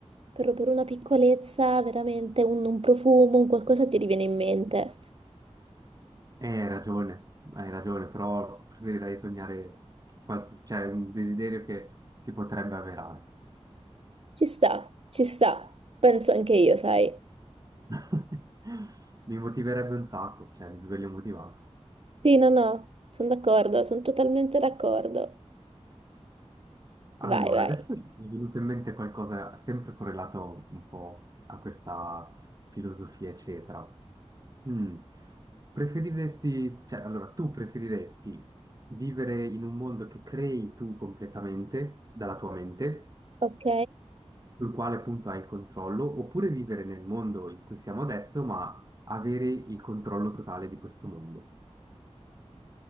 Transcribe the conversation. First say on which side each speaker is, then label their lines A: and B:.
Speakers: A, on the right; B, on the right.
A: per, per una piccolezza, veramente un, un profumo, un qualcosa ti riviene in mente.
B: Eh, hai ragione, hai ragione, però preferirei sognare quals- cioè un desiderio che si potrebbe avverare.
A: Ci sta, ci sta, penso anche io, sai.
B: <laughs> Mi motiverebbe un sacco, cioè mi sveglio motivato.
A: Sì, no, no, sono d'accordo, sono totalmente d'accordo.
B: Allora,
A: Vai, vai.
B: adesso mi è venuto in mente qualcosa sempre correlato un po' a questa filosofia, eccetera. Mm. Preferiresti, cioè, allora, tu preferiresti vivere in un mondo che crei tu completamente dalla tua mente,
A: Ok?
B: sul quale appunto hai il controllo, oppure vivere nel mondo in cui siamo adesso, ma avere il controllo totale di questo mondo?